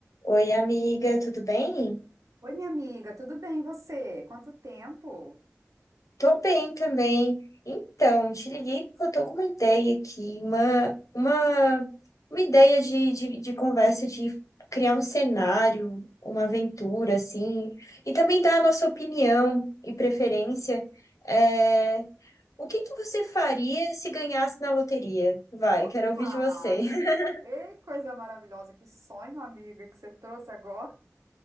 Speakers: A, on the left (about 90°); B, on the right (about 75°).
A: Oi, amiga, tudo bem?
B: Oi, minha amiga, tudo bem e você? Quanto tempo?
A: Tô bem também. Então, te liguei porque eu tô com uma ideia aqui, uma, uma, uma ideia de, de, de conversa, de criar um cenário, uma aventura, assim, e também dar a nossa opinião e preferência. É, o que que você faria se ganhasse na loteria? Vai,
B: Opa!
A: quero ouvir de você. <laughs>
B: Ei, coisa maravilhosa, que sonho, amiga, que você trouxe agora.